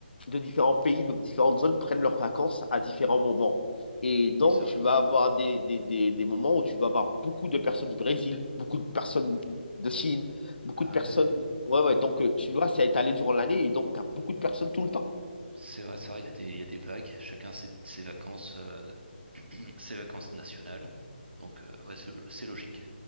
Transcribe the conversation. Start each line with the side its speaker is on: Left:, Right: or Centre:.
Left: de différents pays, de différentes zones prennent leurs vacances à différents moments. Et donc,
Right: c'est vrai.
Left: tu vas avoir des, des, des, des moments où tu vas avoir beaucoup de personnes du Brésil, beaucoup de personnes de Chine, beaucoup
Right: Ah
Left: de personnes.
Right: ouais.
Left: Ouais, ouais. Donc, euh, tu vois, c'est étalé durant l'année et donc, tu as beaucoup de personnes tout le temps.
Right: C'est vrai, c'est vrai, il y a des, il y a des vagues, chacun ses, ses vacances, euh, <clears throat> ses vacances nationales. Donc, euh, ouais, c'est c'est logique.